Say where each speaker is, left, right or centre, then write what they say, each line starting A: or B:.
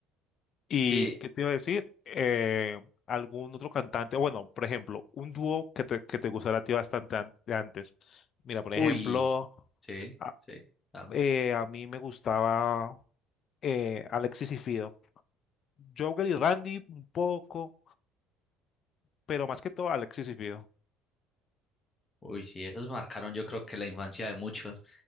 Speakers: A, on the left (about 40°); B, on the left (about 20°).
A: ¿Y
B: Sí,
A: qué te iba a decir? Eh, ¿algún otro cantante? Bueno, por ejemplo, un dúo que te, que te gustara a ti bastante an- de antes. Mira, por
B: uy,
A: ejemplo,
B: sí,
A: a,
B: sí, dame.
A: eh, a mí me gustaba eh, Alexis y Fido. Jogger y Randy un poco, pero más que todo Alexis y Fido.
B: Uy, sí, esos marcaron yo creo que la infancia de muchos.